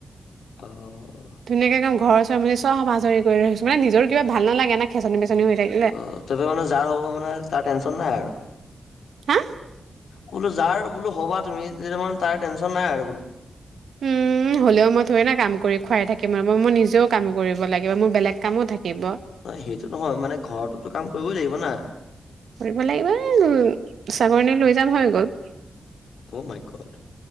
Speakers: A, on the left; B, on the right.
A: অ
B: ধুনীয়াকে একদম ঘৰ চৰ মছি চব আজৰি কৰি লৈ মানে নিজৰে কিবা ভাল নালাগে খেচনি বেচনি হৈ থাকিলে
A: অ তাপা মানে যাৰ হ'ব মানে তাৰ টেনচন নাই আৰু
B: হা
A: বোলো যাৰ বোলো হ'বা তুমি তেতিয়া মানে তাৰ টেনশ্যন নাই আৰু বোলো <inaudible>
B: উম, হ'লেও মই থৈৰিনা কাম কৰি খুৱাই থাকিম মই নিজেও কাম কৰিব লাগিব মোৰ বেলেগ কামো থাকিব
A: সেইটো নহয় মানে ঘৰততো কাম কৰিবই লাগিব না
B: কৰিব লাগিব ছাকৰণী লৈ যাম হৈ গ'ল
A: অ' মাই গড